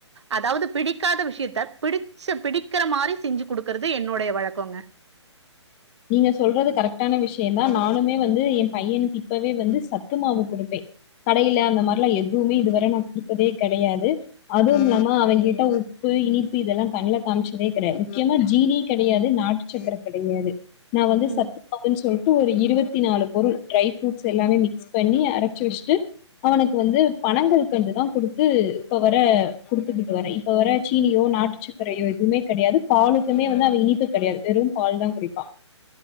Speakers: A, on the right (about 70°); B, on the left (about 25°).
A: அதாவது பிடிக்காத விஷயத்த பிடிச்ச பிடிக்கிற மாதிரி செஞ்சு கொடுக்கறது என்னுடைய வழக்கங்க
B: நீங்க சொல்றது கரெக்டான விஷயம்தான் நானுமே வந்து என் பையனுக்கு இப்பவே வந்து சத்துமவு கொடுப்பேன் கடையில அந்த மாதிரிலாம் எதுவுமே இதுவரை நான் கொப்பதே கிடையாது அதுவும் இல்லாம அவங்கிட்ட உப்பு இனிப்பு இதெல்லாம் கண்ல காமிச்சதே கிடையாது முக்கியமா ஜீனி கெடையாது நாட்டு சக் கற கெடையாது நான் வந்து
A: ம்.
B: சத்து மாவுன்னு சொல்லிட்டு ஒரு இருபது பத்தி நாலு பொருள் ட்ரை ஃப்ரூட்ஸ் எல்லாமே மிக்ஸ் பண்ணி அரைச்சு வெச்சுட்டு அவனுக்கு வந்து பனங்கல்கண்டுதா குடுத்து இப்ப வர குடுத்துக்கிட்டு வரேன் இப்போ வர சீனியோ நாட்டுச்சக்கரையோ எதுவுமே கிடையாது பாலுக்குமே வந்து அவன் இனிப்பு கிடையாது வெறும் பால்தான் குடிப்பான்